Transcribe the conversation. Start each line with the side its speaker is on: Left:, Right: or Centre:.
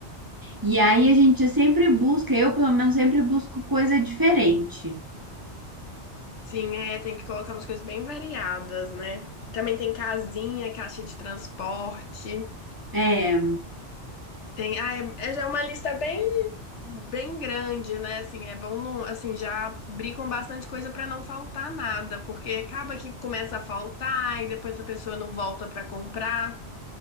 Right: E aí a gente sempre busca, eu pelo menos sempre busco coisa diferente.
Left: Sim, é, tem que colocar umas coisas bem variadas, né? Também tem casinha, caixa de transporte.
Right: É,
Left: Tem, ah, é, é já é uma lista bem bem grande, né? Assim, é bom não, assim, já abrir com bastante coisa para não faltar nada, porque acaba que começa a faltar e depois a pessoa não volta para comprar.